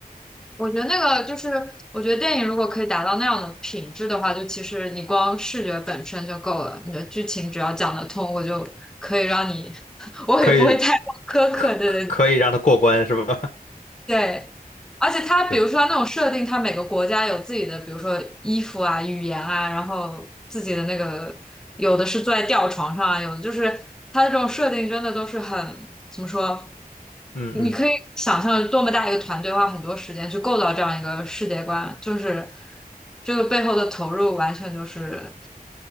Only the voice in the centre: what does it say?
我觉得那个就是，我觉得电影如果可以达到那样的品质的话，就其实你光视觉本身就够了，你的剧情只要讲得通，我就可以让你，<laughs> 我也不会太苛刻。
对对
对，而且它比如说他那种设定，
它每个国家有自己的，比如说衣服啊、语言啊，然后自己的那个，有的是坐在吊床上啊，有的就是它的这种设定真的都是很，怎么说？
你可以想象多么大一个团队花很多时间去构造这样一个世界观，就是这个背后的投入完全就是